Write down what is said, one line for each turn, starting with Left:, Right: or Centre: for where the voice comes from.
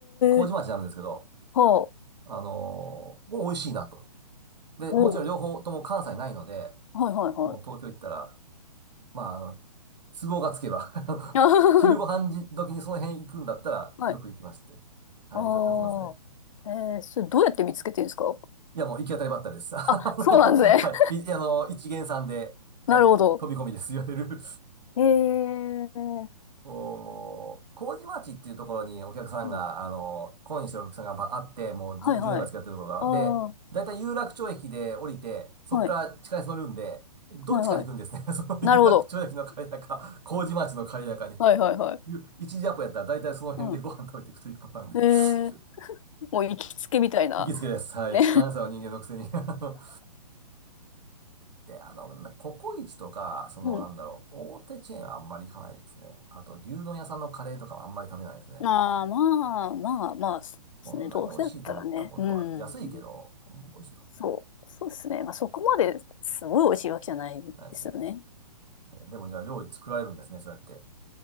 Right: 麹町なんですけど、
Left: え、はあ。
Right: あのーもう美味しいなと。で、
Left: おう、
Right: もちろん両方とも関西ないので、
Left: はいはいはい。
Right: もう東京行ったら、まあ、あの、都合がつけば <laughs>
Left: <laughs> あは
Right: 昼ご飯時時にその辺行くんだったら、
Left: ははい。
Right: よく行きまして。はい、
Left: あ
Right: よく行きますね。
Left: あ。えー、それどうやって見つけてるんですか
Right: いや、もう行き当たりばったりです。<laughs> あのはい。
Left: あ、そうなんですね。
Right: い、あの、一見さんで、
Left: <laughs>
Right: はい、
Left: なるほど。
Right: 飛び込みです。いわゆる
Left: えー、
Right: こ <laughs> う、麹町っていうところにお客さんが、
Left: うん。
Right: あの、懇意にしてるお客さんがあって、もうず、
Left: はいはい。
Right: 10年ぐらい付き合ってるところが。
Left: ああ、
Right: で、
Left: は
Right: だいたい有楽町駅で降りて、そこから地下鉄乗るんで、
Left: い。
Right: どっちかに行くんですね。
Left: はいはい。
Right: <laughs> その有楽町駅の帰りだか、
Left: なるほど。
Right: 麹町の帰りだかに。
Left: はいはいはい。
Right: いう一時アポやったら大体その辺でご飯食べていくというパターンで
Left: うん。えー、
Right: <laughs>
Left: もう行きつけみたいな。
Right: 行きつけです。はい。
Left: ね。
Right: 関西の人間のくせに <laughs> あので、あの、なココイチとか、その、
Left: <laughs> うん。
Right: なんだろう、大手チェーンはあんまり行かないですね。あと、牛丼屋さんのカレーとかはあんまり食べないですね。
Left: ああ、まあまあまあ、そうですね。
Right: こんなに美味しいと思ったことは、
Left: どうせだったらね。うん。
Right: 安いけど、あんま美味しいと思ったこ
Left: そう。そうですね。まあそこまですごい美味しいわけじゃないですよね。
Right: とないですね。でもじゃあ料理作られるんですね、そうやって。